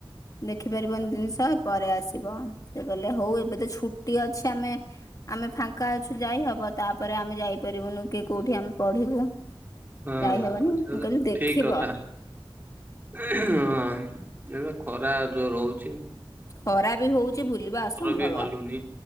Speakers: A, on the left; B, on the right.
A: ଦେଖି ପାରିବନି ଜିନିଷ ପରେ ଆସିବ। ସେ କହିଲେ ହଉ ଏବେ ତ ଛୁଟି ଅଛି ଆମେ ଆମେ ଫାଙ୍କା ଅଛୁ ଯାଇ ହବ ତାପରେ ଆମେ ଯାଇପାରିବୁନୁ କିଏ କୋଉଠି ଆମେ ପଢିବୁ
B: ହଁ
A: ଯାଇହବନି ମୁଁ
B: ସେଟା ତ
A: କହିଲି ଦେଖିବ।
B: ଠିକ କଥା ହଁ ଏବେ ଖରା ଯୋର ହଉଛି।
A: ଖରା ବି ହଉଛି ବୁଲିବା ଅସମ୍ଭବ
B: ବି ହଲୁନି